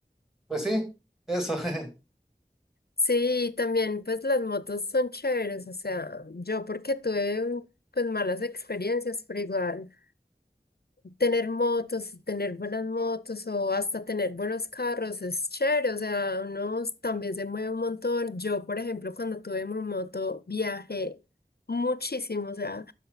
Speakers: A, in the centre; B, on the left.
A: pues sí, eso. <laughs>
B: Sí, y también pues las motos son chéveres, o sea, yo porque tuve pues malas experiencias, pero igual. tener motos, tener buenas motos o hasta tener buenos carros es chévere, o sea, uno también se mueve un montón. Yo, por ejemplo, cuando tuve mi moto, viajé muchísimo, o sea,